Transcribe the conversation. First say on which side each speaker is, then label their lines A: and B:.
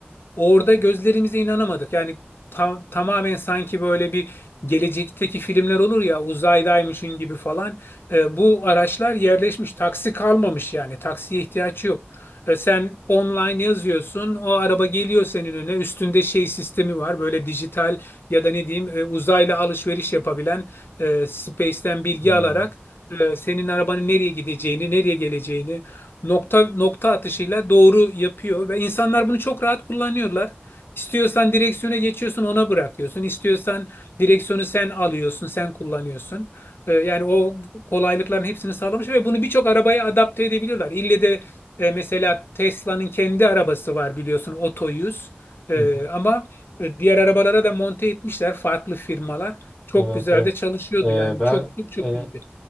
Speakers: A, on the left; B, on the left.
A: Orada gözlerimize inanamadık. Yani tam, tamamen sanki böyle bir gelecekteki filmler olur ya uzaydaymışın gibi falan. E, bu araçlar yerleşmiş, taksi kalmamış yani taksiye ihtiyaç yok. E, Sen online yazıyorsun, o araba geliyor senin önüne. Üstünde şey sistemi var, böyle dijital ya da ne diyeyim e, uzayla alışveriş yapabilen e, Space'ten bilgi
B: E, hı
A: alarak e, senin arabanın nereye gideceğini, nereye geleceğini nokta nokta atışıyla doğru yapıyor ve insanlar bunu çok rahat kullanıyorlar. İstiyorsan direksiyona geçiyorsun, ona bırakıyorsun. İstiyorsan direksiyonu sen alıyorsun, sen kullanıyorsun. E, Yani o kolaylıkların hepsini sağlamış ve bunu birçok arabaya adapte edebiliyorlar. İlle de e, mesela Tesla'nın kendi arabası var biliyorsun Otto 100. E,
B: hı.
A: ama e, diğer arabalara da monte etmişler farklı firmalar. Çok
B: Evet,
A: güzel
B: evet.
A: de çalışıyordu
B: E,
A: yani
B: ben
A: çok çok çok
B: e,
A: iyiydi.